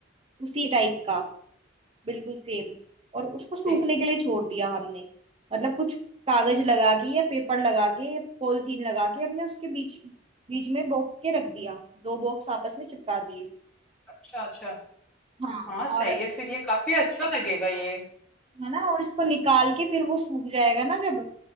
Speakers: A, on the right; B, in the centre.
A: उसी टाइप का बिल्कुल सेम और उसको सूखने
B: ठीक
A: के
B: है
A: लिए छोड़ दिया हमने मतलब कुछ कागज लगा के या पेपर लगा के या पॉलिथीन लगा के हमने उसके बीच बीच में बॉक्स के रख दिया दो बॉक्स आपस में चिपका दिए
B: अच्छा अच्छा
A: हाँ
B: हाँ सही
A: और
B: है फिर ये काफी अच्छा लगेगा ये
A: है ना और इसको निकाल के फिर वो सूख जाएगा ना जब